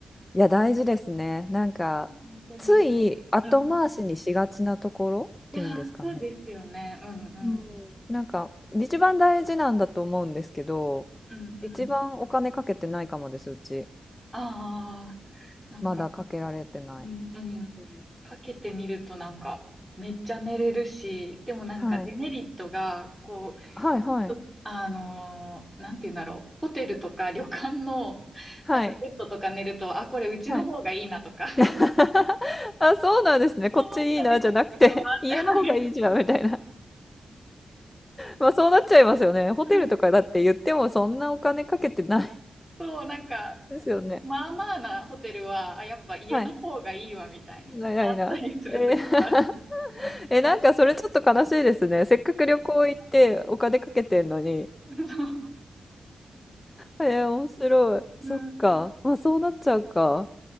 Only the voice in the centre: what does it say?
うん
本当に。
うんいやー、そうですよね。うんうん。
うんうん。
ああ、なんか、
うんうん。
かけてみるとなんか、めっちゃ寝れるし、でもなんかデメリットが、
こ
う、ちょっとあのーなんて言うんだろう、ホテルとか旅館の、
なんかベッドとか寝ると、あ、これうちの方がいいなとか、
<laughs>
思ったりする時もあって、
はい
うんそう、なんか、
まあまあなホテルは、あ、やっぱ家の方がいいわ、
みたいになったりする時もある。
<laughs>
そう
うん